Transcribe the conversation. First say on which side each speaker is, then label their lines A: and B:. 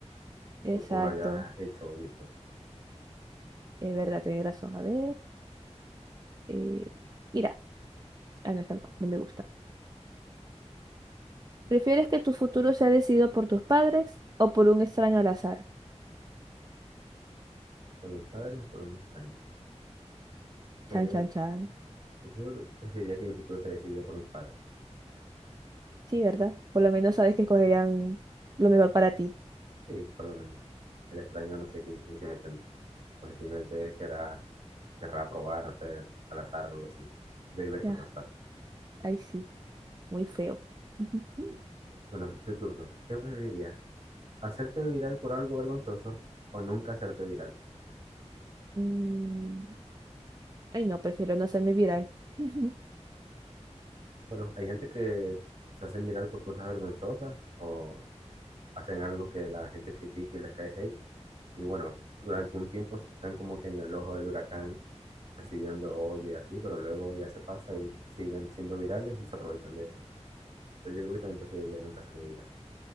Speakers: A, on the right; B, on the right.
A: Exacto.
B: lo que uno haya hecho o visto
A: Es verdad, tenéis razón. A ver. eh, Mira, ah, no, esta no, no me gusta. ¿Prefieres que tu futuro sea decidido por tus padres o por un extraño al azar?
B: por mis padres o por un extraño. Pues
A: Chan,
B: yo,
A: chan, chan.
B: pues yo preferiría que mi futuro sea decidido por mis padres.
A: Sí, ¿verdad? Por lo menos sabes que escogerán lo mejor para ti.
B: Sí, por lo menos. El extraño no sé qué intenciones tendrá. O sea, simplemente querrá, querrá probar, no sé, al azar o algo así. Ve y ver
A: Ya,
B: qué pasa.
A: ahí sí, muy feo. <laughs>
B: Bueno, tu turno. ¿Qué preferirías? ¿Hacerte viral por algo vergonzoso o nunca hacerte viral?
A: Mm, Ay, no, prefiero no hacerme viral. <laughs>
B: Bueno, hay gente que se hacen viral por cosas vergonzosas o hacen algo que la gente critique y les cae hate. Y bueno, durante un tiempo están como que en el ojo del huracán recibiendo odio y así, pero luego ya se pasa y siguen siendo virales y se aprovechan de eso. Pero yo creo que también preferiría nunca ser viral.